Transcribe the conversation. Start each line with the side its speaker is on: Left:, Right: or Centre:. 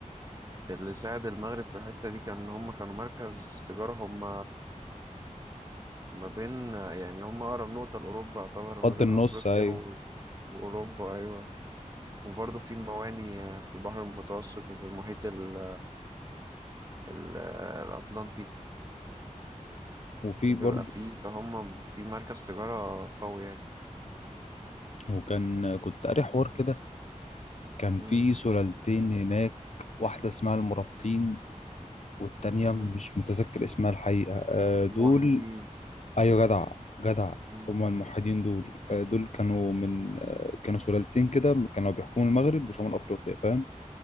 Right: اللي ساعد المغرب في الحتة دي كان إن هم كانوا مركز تجارة هم ما بين يعني هم أقرب نقطة لأوروبا يعتبر
Left: خط
Right: ما بين
Left: النص
Right: أفريقيا
Left: أيوة
Right: و... وأوروبا أيوة وبرضه في مواني في البحر المتوسط وفي المحيط ال... ال... الأطلنطي
Left: وفي
Right: بيبقى
Left: برضه
Right: فيه فهم في مركز تجارة قوي يعني
Left: وكان كنت قاري حوار كده كان
Right: مم.
Left: في سلالتين هناك واحدة اسمها المرابطين والتانية مش
Right: مم.
Left: متذكر اسمها الحقيقة آه،
Right: الموحدين
Left: دول أيوة جدع جدع
Right: مم.
Left: هما الموحدين دول آه، دول كانوا من آه، كانوا سلالتين كده كانوا بيحكموا المغرب وشمال أفريقيا فاهم